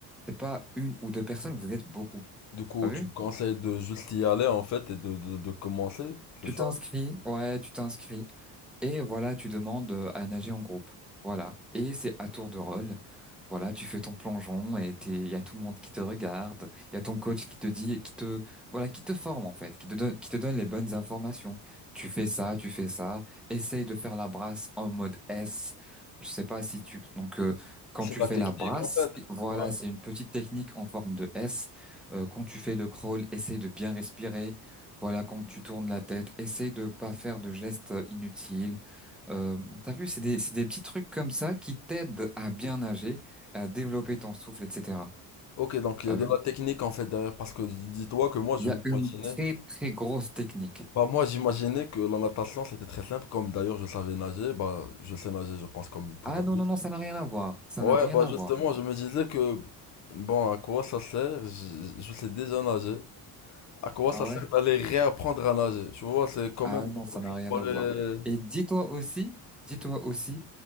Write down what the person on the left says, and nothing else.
du coup,
tu me conseilles de juste y aller en fait et de, de, de commencer, c'est
ça?
C'est
la
technique
en fait.
Ouais.
Ok, donc il
y a de
la technique en fait derrière parce que dis- dis-toi que moi je
m'imaginais.
Bah, moi j'imaginais que la natation c'était très simple, comme d'ailleurs je savais nager, bah, je sais nager, je pense, comme tout
adulte.
Ouais,
bah
justement,
je me disais que, bon, à quoi ça sert? Je, je sais déjà nager. À quoi
ça
sert d'aller réapprendre à nager? Tu vois, c'est quand
même
pour
les-